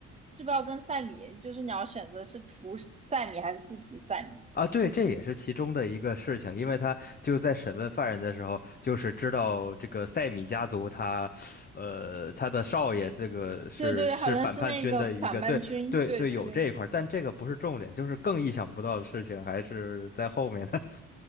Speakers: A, on the right (about 20°); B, on the left (about 30°).
A: 是不是要跟塞米，就是你要选择是涂塞米还是不涂塞米？
B: 啊，对，这也是其中的一个事情，因为他就在审问犯人的时候，就是知道这个塞米家族他，呃，他的少爷这个是是反叛军的一个，
A: 对对，好像是那个反叛军，
B: 对对对，
A: 对对对。
B: 有这一块儿，但这个不是重点，就是更意想不到的事情还是在后面的，